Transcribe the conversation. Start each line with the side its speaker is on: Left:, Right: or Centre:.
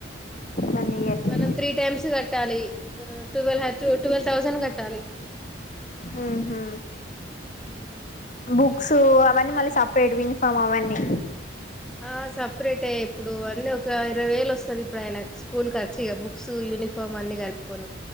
Left: వన్ ఇయర్ కి
Centre: మనం త్రీ టైమ్స్ కట్ టాలి ఆ ట్యూవెల్ హాటు ట్వెల్వ్ థౌసండ్ కట్టాలి.
Left: ఉహూ
Centre: మ్మ్.
Left: బుక్స్ అవన్నీ మళ్ళీ సపరేట్ యూనిఫామ్ అవన్నీ
Centre: ఆ సపరేట్ ఇప్పుడు అన్నీ ఒక ఇరవై వేలు వస్తుంది ఇప్పుడు ఆయన స్కూల్ ఖర్చు బుక్స్ యూనిఫామ్ అన్ని కలుపుకొని